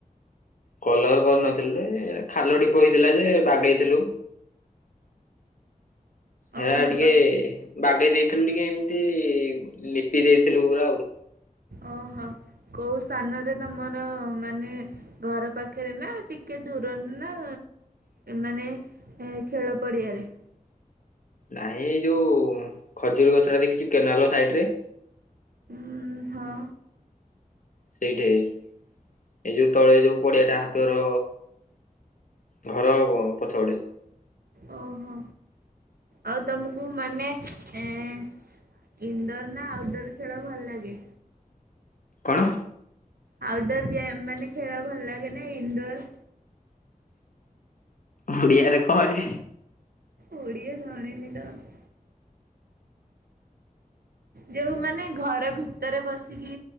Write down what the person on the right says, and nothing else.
ଓହୋ
ତ
ଓହୋ କୋଉ ସ୍ଥାନରେ ତମର ମାନେ ଘର ପାଖରେ ନା ଟିକେ ଦୂରରେ ନା ମାନେ ହୁଁ ଖେଳ ପଡିଆରେ।
ହୁଁ ହଁ।
ଓହୋ ଆଉ ତମକୁ ମାନେ <unintelligible> ଇନଡୋର ନା ଆଉଟଡୋର ଖେଳ ଭଲ ଲାଗେ।
ଆଉଟଡୋର ଗେମ୍ ମାନେ ଖେଳ ଭଲ ଲାଗେ ନା ଇନଡୋର।
ଓଡ଼ିଆ ଜାଣିନି ତାର। ଯୋଉ ମାନେ ଘର ଭିତରେ ବସିକି